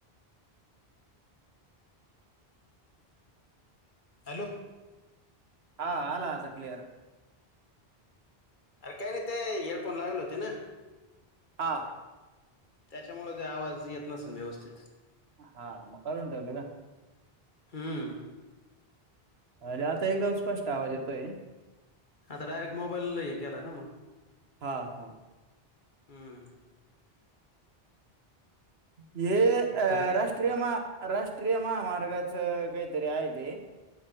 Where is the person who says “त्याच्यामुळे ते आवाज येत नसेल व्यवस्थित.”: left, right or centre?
Left